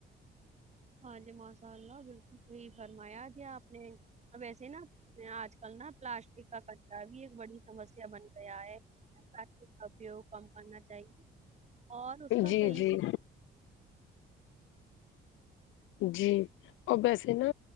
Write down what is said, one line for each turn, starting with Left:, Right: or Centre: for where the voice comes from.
Right: ہاں جی ماشاء اللہ بالکل صحیح فرمایا جی آپ نے ا وسے نا میں آج کل نا پلاسٹک کا کچا بھی ایک بڑی سمسیا بن گیا ہے پسٹ <unintelligible> ک کا اپوگ کم کرنا چاہیے اور اس
Left: جی
Right: کا صحیح
Left: جی
Right: سے
Left: جی اور ویسے نا